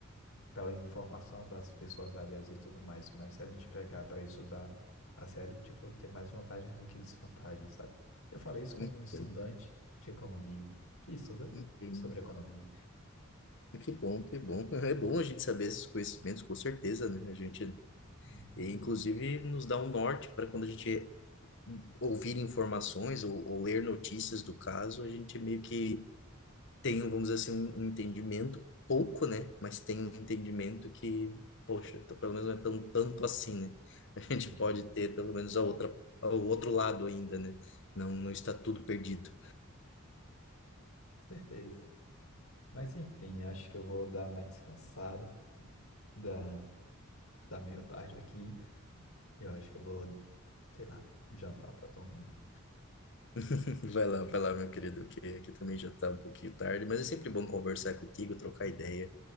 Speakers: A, on the left (about 75°); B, on the left (about 60°).
A: pela informação das pessoas alheias e tudo mais, mas se a gente pegar para estudar a sério, tipo, tem mais vantagem do que desvantagem, sabe? Eu falei isso como
B: entendo,
A: um estudante de economia, que estuda
B: entendo.
A: sobre economia.
B: Que bom, que bom. <laughs> É bom a gente saber esses conhecimentos, com certeza, né? A gente,
A: Uhum,
B: e, inclusive, nos dá um norte para quando a gente ouvir informações ou, ou ler notícias do caso, a gente meio que tem, vamos dizer assim, um, um entendimento pouco, né? Mas tem um entendimento que, poxa, então pelo menos não é tão tanto assim, né? <laughs> A gente
A: uhum,
B: pode ter pelo menos a outra, o outro lado ainda, né? Não, não está tudo perdido.
A: certeza. Mas enfim, acho que eu vou dar uma descansada, da, da meio tarde aqui. Eu acho que eu vou, sei lá, jantar para dormir.
B: <laughs> Vai lá, vai lá, meu querido, que aqui também já está um pouquinho tarde, mas é sempre bom conversar contigo, trocar
A: Não,
B: ideia.